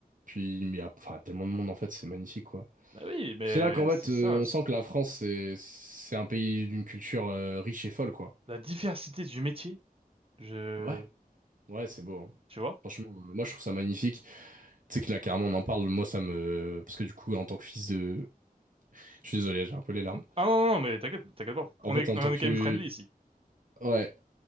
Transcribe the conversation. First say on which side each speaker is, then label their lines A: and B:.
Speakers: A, on the right; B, on the right.
A: Puis, il y a enfin, tellement de monde, en fait, c'est magnifique, quoi.
B: Ben oui, mais
A: C'est là qu'en fait,
B: c'est
A: euh,
B: ça,
A: on
B: c'est-
A: sent que la France, c'est, c'est un pays d'une culture euh, riche et folle, quoi.
B: la diversité du métier. Je
A: Ouais, ouais, c'est beau. hein.
B: tu vois?
A: Franchement, euh, moi, je trouve ça magnifique. Tu sais que là, carrément, on en parle. Moi, ça me. Parce que du coup, en tant que fils de. Je suis désolé, j'ai un peu les larmes.
B: Hmm. Ah non non non, mais t'inquiète, t'inquiète pas.
A: En
B: On
A: fait,
B: est
A: en
B: on
A: tant
B: est
A: que.
B: quand même friendly ici.
A: Ouais.